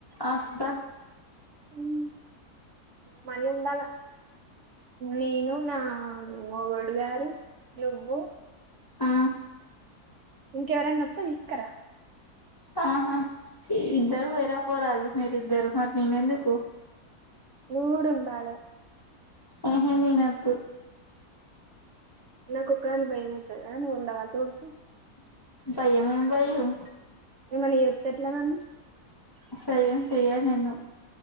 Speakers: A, on the left; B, on the right.
A: ఆస్త
B: హ్మ్ మనీ ఉండాల నేను నా మీ మొగుడు గారు నువ్వు
A: ఆ
B: ఇంకెవరన్న వస్తే తీస్కార
A: ఆహా ఇద్దరు పోయిరా పోరా మీరు ఇద్దరు మరి నేనెందుకు
B: నువ్వు కూడా ఉండాలే
A: ఆహే నేనెందు
B: నా కొకదానికే భయం అవతదా నువు ఉండవ తొడ్కు
A: భయమేం భయం
B: ఏమన్నా చేస్తే ఎట్ల నన్ను
A: అసలు ఏం చేయరు నిన్ను